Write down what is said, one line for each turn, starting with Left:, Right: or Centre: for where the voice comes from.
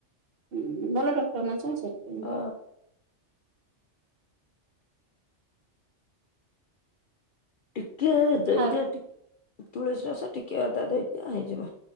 Right: ହୁଁ, ଭଲ ଡକ୍ଟର ନା ସେ, ସେଥିପାଇଁ।
Left: ଅ ଟିକେ ଦେଇଦିଅ
Right: ଆଉ
Left: ତୁଳସୀ ରସ, ଟିକେ ଅଦା ଦେଇଦିଅ ହେଇଯିବ।